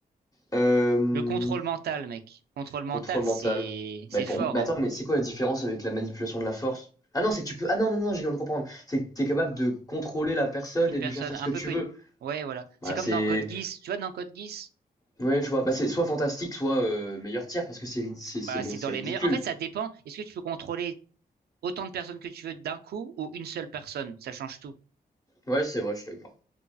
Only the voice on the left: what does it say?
Euh,
contrôle
mental.
Mais,
pour...
mais attends,
mais c'est quoi la différence avec la manipulation de la force? Ah non, c'est que tu peux. Ah non, non, non, j'ai viens de comprendre. C'est que tu es capable de contrôler la personne
et
de lui faire faire
ce que
tu
veux.
Bah,
c'est.
Ouais, je vois. Bah, c'est soit fantastique, soit euh, meilleur tir, parce que c'est ri- c'est-
c'est-
c'est
ridicule.
Ouais, c'est vrai, je suis d'accord.